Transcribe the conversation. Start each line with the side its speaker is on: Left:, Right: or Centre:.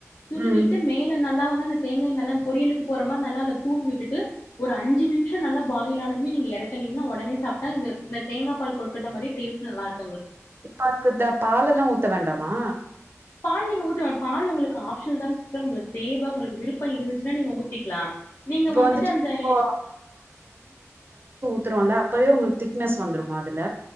Left: துருவிட்டு
Right: ம்.
Left: மேல நல்லா <unintelligible> <unintelligible> தேங்காய் நல்லா அந் பொரியலுக்கு போட்ற மாரி நல்லா அல்ல தூவி விட்டுட்டு ஒரு அஞ்சு நிம்ஷோ நல்லா பாயிலானதுமே நீங்க ஏறக்கனீங்கனா ஒடனே சாப்ட்டா இது இந்த தேங்கா பால் கொழ்கட்ட மாரி டேஸ்ட்டு நல்லார்க்
Right: <inaudible> த பாலெல்லா ஊத்த வேண்டாமா?
Left: பால் நீங்க ஊத்த வே பால் உங்களுக்கு ஆப்ஷனல் தா சிஸ்டம் உங்ளுக் தேவ உங்களுக்கு விருப்ப இருந்துச்சினா நீங்க ஊத்திக்லா நீங்க
Right: இப்ப
Left: வந்துட்டு அந்த
Right: இப்போ த்தரோல்ல அப்பவே உங்களுக்கு திக்னஸ் வந்துருமா அதுல